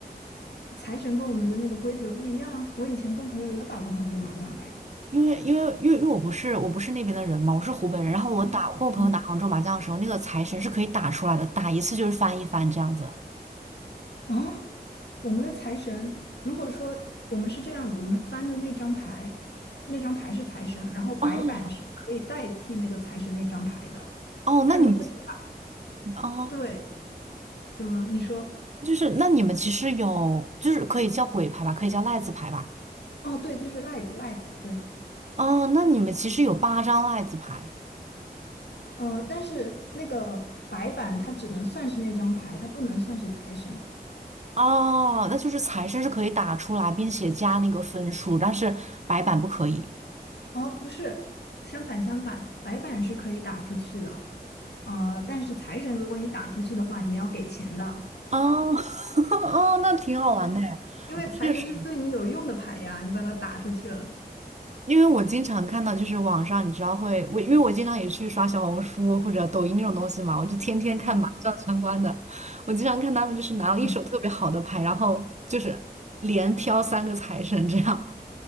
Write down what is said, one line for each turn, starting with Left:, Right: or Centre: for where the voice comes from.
Left: 财神跟我们的那个规则不一样。我以前跟朋友有打过杭州麻将来着。
Right: 因为因为因为因为我不是我不是那边的人嘛，我是湖北人。然后我打我跟我朋友打杭州麻将的时候，
Left: 嗯嗯
Right: 那个财神是可以打出来的，打一次就是翻一番这样子。
Left: 啊，我们的财神，如果说我们是这样的，我们翻的那张牌，那张牌是财神，然后白板是可以代替那个财神那张牌的。
Right: 哦哦，
Left: 但如果你把，
Right: 那你们啊。
Left: 对，怎么？你说？
Right: 就是那你们其实有，就是可以叫鬼牌吧，可以叫赖子牌吧。
Left: 哦，对，就是赖子，赖子，对，
Right: 哦，那你们其实有八张赖子牌
Left: 呃，但是那个白板它只能算是那张牌，它不能算是财神。
Right: 哦，那就是财神是可以打出来，并且加那个分数，但是白板不可以。
Left: 哦，不是，相反相反，白板是可以打出去的，呃，但是财神如果你打出去的话，你要给钱的，
Right: 哦，<laughs> 哦，那挺好玩的呀我确实，
Left: 嗯，<laughs> 因为财神是对你有用的牌呀，你把它打出去了，
Right: 因为我经常看到，就是网上你知道会，我因为我经常也去刷小红书或者抖音那种东西嘛，我就天天看麻将相关的。
Left: 嗯，
Right: 我经常看他们就是拿了一手特别好的牌，
Left: 嗯
Right: 然后就是连飘三个财神这样。